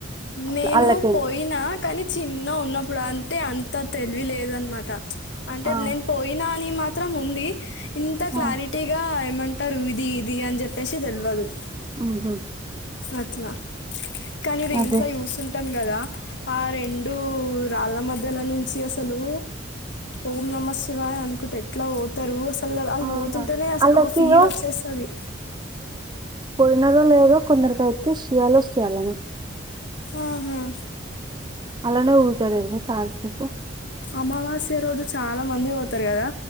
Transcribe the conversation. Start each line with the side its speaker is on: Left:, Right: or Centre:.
Right: అట్లా
Left: నేను
Right: అల్లకని
Left: పోయినా కానీ చిన్న ఉన్నప్పు ఇప్పుడు అంటే అంత తెలివి లేదన్న మాట అంటే
Right: ఆ
Left: నేను పోయినా అని మా మాత్రం ఉంది ఇంత క్లారిటీగా
Right: ఆ
Left: ఏమ అంటారు ఇది ఇది అని చెప్పేసి తెల్వదు
Right: ఉహు
Left: అట్లా కానీ రీల్స్
Right: అదే
Left: చూస్తుంటాం కదా ఆ రెండు రాళ్ళ మధ్యల నుంచి అసలు ఓం నమ శివాయ అనుకుంటే ఎట్లా పోతారు అ అసలు అళ్ళ
Right: ఆ
Left: పోతుంటేనే అసలు
Right: ఆళ్ళకి
Left: ఒక ఫీల్
Right: ఇగ
Left: వచ్చేస్తది
Right: ఉన్నదో లేదో కొందరికి అయితే చెయాలో చేయాలని
Left: ఆహా
Right: అలానే ఊజ చాల చెప్పు
Left: అమావాస్య రోజు చాలా మంది పోతారు కదా